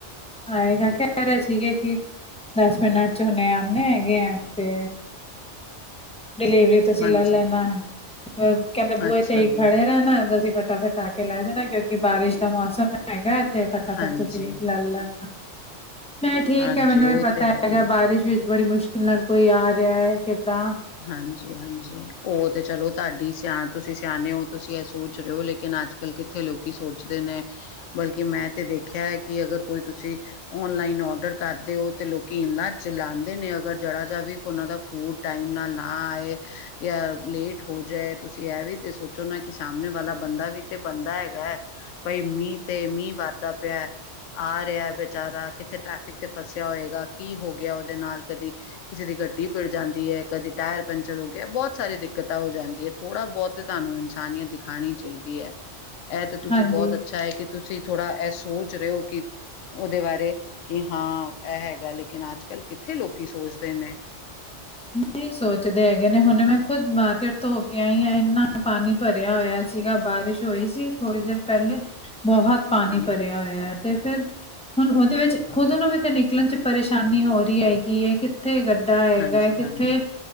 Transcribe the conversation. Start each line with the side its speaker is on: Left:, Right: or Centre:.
Centre: ਆਏਗਾ ਕਹਿ ਰਹੇ ਸੀਗੇ ਕਿ ਦਸ ਮਿੰਟ ਚ ਹੁਣੇ ਆਣੇ ਹੈਗੇ ਆ ਤੇ ਡਿਲੀਵਰੀ ਤੁਸੀ
Left: ਹਾਂਜੀ
Centre: ਲੈ ਲੈਨਾ, ਫੇਰ ਕਹਿੰਦੇ ਬੂਏ
Left: ਅੱਛਾ
Centre: ਤੇ ਈ
Left: ਜੀ
Centre: ਖੜੇ ਆਂ। ਤੁਸੀ ਫਟਾਫਟ ਆ ਕੇ ਲੈ ਜਾਨਾ ਕਿਉਕਿ ਬਾਰਿਸ਼ ਦਾ ਮੌਸਮ ਹੈਗਾ। ਤੇ ਫਟਾਫਟ
Left: ਹਾਂਜੀ
Centre: ਤੁਸੀ ਲੈ ਲੈਨਾ। ਮੈਂ ਠੀਕ
Left: ਹਾਂਜੀ
Centre: ਆਂ ਮੈਨੂੰ
Left: ਉਹ
Centre: ਵੀ ਪਤਾ
Left: ਤੇ
Centre: ਹੈਗਾ
Left: ਹੈ ਹੀ ਹੈ
Centre: ਬਾਰਿਸ਼ ਵਿੱਚ ਬੜੀ ਮੁਸ਼ਕਿਲ ਨਾਲ ਕੋਈ ਆ ਰਿਆ ਕਿੱਦਾਂ
Left: ਹਾਂਜੀ-ਹਾਂਜੀ ਓ ਤੇ ਚਲੋ ਤਿਆਡੀ ਸਿਆ ਤੁਸੀ ਸਿਆਨੇ ਓ, ਤੁਸੀ ਐ ਸੋਚ ਰਏ ਓ, ਲੇਕਿਨ ਅੱਜਕੱਲ ਕਿੱਥੇ ਲੋਕੀ ਸੋਚਦੇ ਨੇ ਬਲਕਿ ਮੈਂ ਤੇ ਦੇਖਿਆ ਐ, ਕਿ ਅਗਰ ਕੋਈ ਤੁਸੀ ਓਨਲਾਈਨ ਓਡਰ ਕਾਰਦੇ ਓ, ਤੇ ਲੋਕੀ ਇੰਨਾ ਚਲਾਂਦੇ ਨੇ ਅਗਰ ਜਰਾ ਜਾ ਵੀ ਓਨਾ ਦਾ ਫੂਡ ਟਾਈਮ ਨਾਲ ਨਾ ਆਏ ਯਾ ਲੇਟ ਹੋਜੇ, ਤੁਸੀ ਐਵੀ ਤੇ ਸੋਚੋ ਨਾ ਕਿ ਸਾਮਨੇ ਵਾਲਾ ਬੰਦਾ ਵੀ ਤੇ ਬੰਦਾ ਹੈਗੈ, ਬਈ ਮੀਂ ਤੇ ਮੀਂ ਵਰਦਾ ਪਯੈ। ਆ ਰੇਐ ਵਿਚਾਰਾ, ਕਿੱਥੇ ਟ੍ਰੈਫਿਕ ਤੇ ਫੱਸਯਾ ਹੋਏਗਾ, ਕੀ ਹੋਗਯਾ ਓਦੇ ਨਾਲ ਕਦੀ ਕਿਸੇ ਦੀ ਗੱਡੀ <unintelligible> ਕਦੇ ਟਾਯਰ ਪੰਚਰ ਹੋਗਯਾ, ਬੋਤ ਸਾਰੀ ਦਿੱਕਤਾਂ ਹੋ ਜਾਂਦੀ ਏ, ਥੋੜਾ ਬੋਤ ਤੇ ਤਾਨੂੰ ਇਨਸਾਨੀਅਤ ਖਾਣੀ ਚਾਈਦੀ ਐ, ਐ ਤੇ ਤੁਸੀ
Centre: ਹਾਂਜੀ
Left: ਬੋਤ ਅੱਛਾ ਏ ਕਿ ਤੁਸੀ ਥੋੜਾ ਸੋਚ ਰੇਓ ਕਿ ਓਦੇ ਬਾਰੇ ਕਿ ਹਾਂ ਐ ਹੈਗਾ ਲੇਕਿਨ ਅੱਜ-ਕੱਲ ਕਿੱਥੇ ਲੋਕੀ ਸੋਚਦੇ ਨੇ।
Centre: ਨੀ ਸੋਚਦੇ ਹੈਗੇ ਨੇ, ਹੁਨੇ ਮੈਂ ਖੁਦ ਮਾਰਕੀਟ ਤੋ ਹੋਕੇ ਆਈਂ ਆਂ, ਐਨਾਂ ਪਾਨੀ ਭਰਿਆ ਹੋਇਆ ਸੀਗਾ ਬਾਰਿਸ਼ ਹੋਈ ਸੀ ਥੋੜੀ ਦੇਰ ਪਹਿਲੇ ਬਹੁਤ ਪਾਣੀ
Left: ਹਾਂਜੀ,
Centre: ਭਰਿਆ ਹੋਇਆ ਤੇ ਫਿਰ ਹੁਣ ਉਹਦੇ ਵਿੱਚ ਖੁਦ ਨੂੰ ਵੀ ਤੇ ਨਿਕਲਣ ਚ ਪਰੇਸ਼ਾਨੀ ਹੋ ਰਹੀ ਹੈਗੀ ਹੈ ਕਿੱਥੇ ਗੱਡਾ ਹੈਗਾ
Left: ਹਾਂਜੀ,
Centre: ਹੈ ਕਿੱਥੇ
Left: ਹਾਂਜੀ,